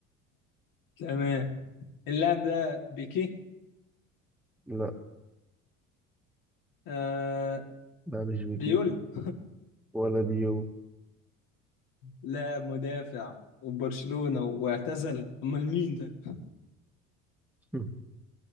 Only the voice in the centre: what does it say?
لا
لا مش بيكيب
ولا ديو
<laughs>